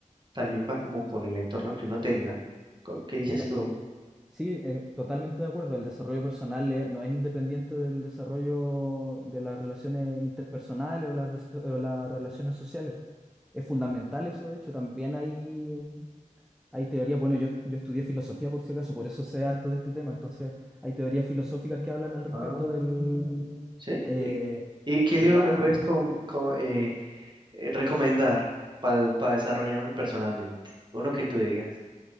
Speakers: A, on the right; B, in the centre.
A: también va como con el entorno que uno tenga. Co- ¿Qué dices
B: exacto.
A: tú?
B: el- sí, eh, totalmente de acuerdo, el desarrollo personal eh, no es independiente del desarrollo de las relaciones interpersonales o las, des- o las relaciones sociales. Es fundamental eso, de hecho, también ahí hay teorías, bueno, yo, yo estudié filosofía por si acaso, por eso sé harto de este tema, entonces hay teorías filosóficas que hablan al respecto
A: Ah,
B: del,
A: ¿sí?
B: eh,
A: ¿Y, y qué
B: de
A: libro
B: la
A: me puedes com- co- eh, eh, recomendar para desarrollarme personalmente? Uno que tú digas.